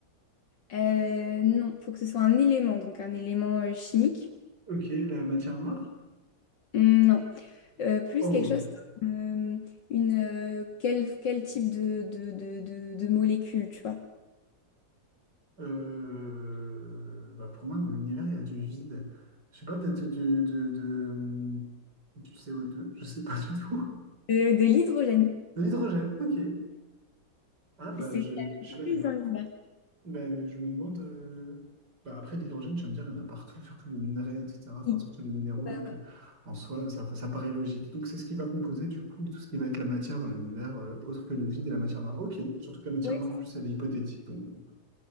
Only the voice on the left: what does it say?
Euh, non, faut que ce soit un élément, donc un élément euh, chimique.
Non. Euh, plus
quelque chose comme, euh, une, euh, quel, quel type de, de, de, de, de molécule, tu vois?
De, de l'hydrogène.
C'est
ce qu'il y
a le
plus
dans l'univers.
Oui.
Bah
ouais.